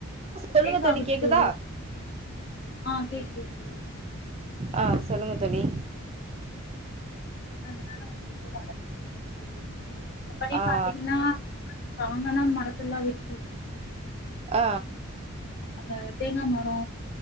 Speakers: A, on the left (about 45°); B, on the right (about 30°).
A: ஷேக்
B: சொல்லுங்க
A: ஆகுது
B: கேக்குதா
A: தோழி ஆ கேக்குது தோழி
B: ஆ சொல்லுங்க தோழி
A: அதனால வந்து <unintelligible> <unintelligible> தோழி அப்படி
B: ஆ
A: பாத்தீங்னா அவுங்கனா மரத்துலா விட்ரும்
B: ஆ
A: அந்த தேங்கா மரோ